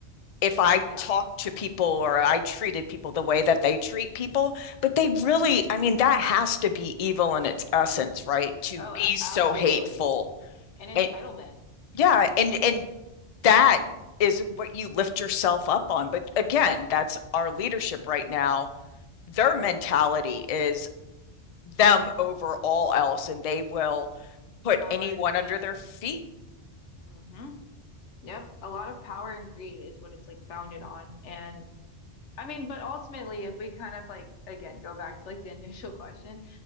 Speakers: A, on the left; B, on the left.
A: if I
B: Yeah.
A: talked to people or I treated people the way that they treat people, but they really, I mean, that has to be evil in its essence, right? To
B: Oh,
A: be
B: a-
A: so
B: absolutely.
A: hateful.
B: And entitlement.
A: And yeah, and and that is what you lift yourself up on. But again, that's our leadership right now their
B: True.
A: mentality is them over all else, and they will put
B: Power,
A: anyone
B: greed.
A: under their feet.
B: hmm Yep. A lot of power and greed is what it's like founded on. And I mean, but ultimately, if we kind of like, again, go back to like the <laughs> initial question,